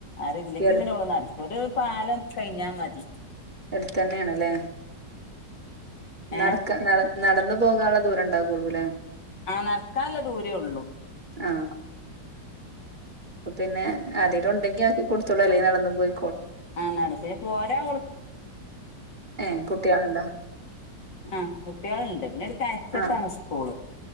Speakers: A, on the left; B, on the right.
A: ആരുല്ലെങ്കി
B: ഈ അടു
A: പിന്നെ ഓള് നടക്കും ഒരു പാലം കഴിഞ്ഞാ മതി
B: എടുത്തന്നേ ആണല്ലേ
A: ഏഹ്
B: നടക്ക നട നടന്നു പോകാള്ള ദൂരം ഉണ്ടാകൊള്ളുലേ
A: ആഹ് നടക്കാള്ള ദൂരേ ഉള്ളൂ
B: ആഹ് പിന്നെ ആരേലും ഉണ്ടെങ്കി ആക്കികൊടുത്തോളും അല്ലങ്കി നടന്നു പോയി
A: ആഹ നടത്തി പോരാ
B: ഏ കുട്ടികളുണ്ടോ
A: ആഹ് കുട്ടികളുണ്ട് പിന്നെ ഒരു കയറ്റത്താണ്
B: ആഹ്
A: സ്കൂള്